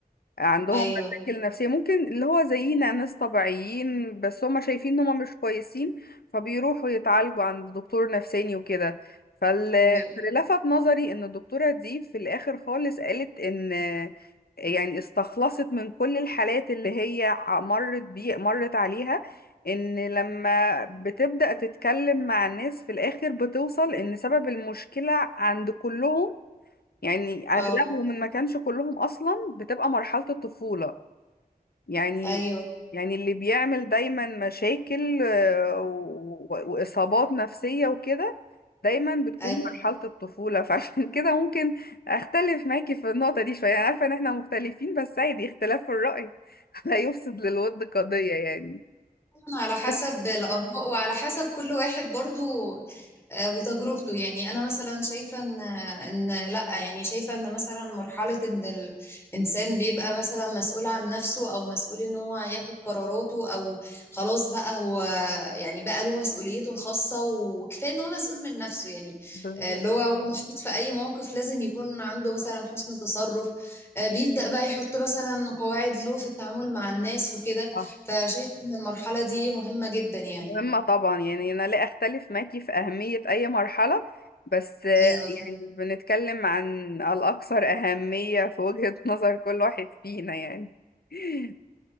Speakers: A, on the left; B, on the left.
A: عندهم
B: ايوه
A: مشاكل نفسية ممكن اللي هو زينا ناس طبيعيين بس هم شايفين ان هم مش كويسين فبيروحوا يتعالجوا عند دكتور نفساني وكده فال-
B: ايوه
A: فاللي لفت نظري ان الدكتورة دي في الاخر خالص قالت ان يعني استخلصت من كل الحالات اللي هي ع- مرت بي مرت عليها ان لما بتبدأ تتكلم مع الناس في الاخر بتوصل ان سبب المشكلة عند كلهم يعني اغلبهم
B: اه
A: ان ما كانش كلهم اصلا بتبقى مرحلة الطفولة يعني
B: ايوه
A: يعني اللي بيعمل دايما مشاكل آه، و- و- واصابات نفسية وكده دايما بتكون
B: ايوه
A: مرحلة الطفولة <laughs> فعشان كده ممكن اختلف معاكي في النقطة دي شوية أنا عارفة ان احنا مختلفين بس عادي اختلاف في الرأي <laughs> لا يفسد للود قضية يعني
B: طبعاً على حسب
A: بس
B: الآراء وعلى حسب كل واحد برضو آه، وتجربته يعني أنا مثلا شايفة إن إن لأ يعني شايفة إن مثلا مرحلة إن الإنسان بيبقى مثلا مسؤول عن نفسه أو مسؤول إن هو ياخد قراراته أو خلاص بقى هو يعني بقى له مسؤوليته الخاصة وكفاية إن هو مسؤول من نفسه يعني
A: بالظبط
B: آه، اللي هو هو محطوط في أي موقف لازم يكون عنده مثلا حسن تصرف آه، بيبدأ بقى يحط مثلا قواعد له في التعامل مع الناس وكده
A: صح.
B: فشايفة إن المرحلة دي مهمة جدا يعني
A: مهمة طبعا يعني أنا لا أختلف معاكي في أهمية أي مرحلة بس آه،
B: أيوة فعلا
A: يعني بنتكلم عن الأكثر أهمية في وجهة <laughs> نظر كل واحد فينا يعني <laughs>